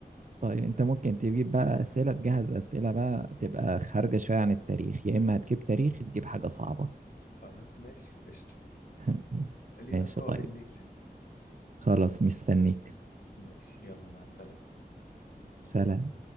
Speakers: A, on the right; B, on the left.
A: طيب أنت ممكن تجيب بقى أسئلة تجهز أسئلة بقى تبقى خارجة شوية عن التاريخ يا إما هتجيب تاريخ تجيب حاجة صعبة
B: خلاص ماشي قشطة
A: <laughs>
B: لينا
A: ماشي
B: لقاء
A: طيب
B: بالليل
A: خلاص مستنيك
B: ماشي يلا مع السلامة
A: سلام